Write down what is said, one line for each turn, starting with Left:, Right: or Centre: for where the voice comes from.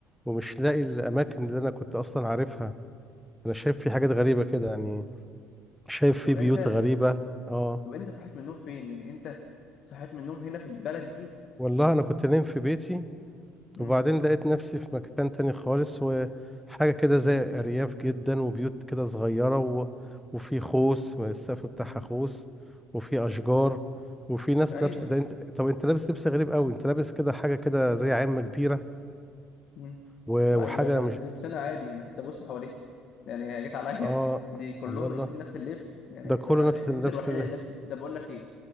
Centre: ومش لاقي الاماكن اللي انا كنت اصلا عارفها انا شايف فيه حاجات غريبه كده يعني شايف
Left: طب
Centre: فيه
Left: انت
Centre: بيوت غريبه اه
Left: طب انت صحيت من النوم فين يعني انت صحيت من النوم هنا في البلد دي
Centre: والله انا كنت نايم في بيتي
Left: امم
Centre: وبعدين لقيت نفسي في مكان تاني خالص وحاجة كده زي أرياف جدا وبيوت كده صغيرة و... وفي خوص ما السقف بتاعها
Left: امم
Centre: خوص وفي أشجار وفي ناس
Left: ايوه
Centre: لابس ده انت طب انت لابس لبس غريب قوي انت لابس كده حاجة كده زي عامة كبيرة
Left: امم
Centre: و...
Left: ما
Centre: وحاجة
Left: ايوه ده
Centre: مش
Left: ده لبسنا عادي يعني حتى بص حواليك يعني هي جت عليا
Centre: اه
Left: <laughs> دي كلهم
Centre: الله الله
Left: لابسين نفس اللبس يعني
Centre: ده
Left: انت
Centre: كله نفس اللبس
Left: انت الوحيد
Centre: ده
Left: اللي لابس ده بقول لك ايه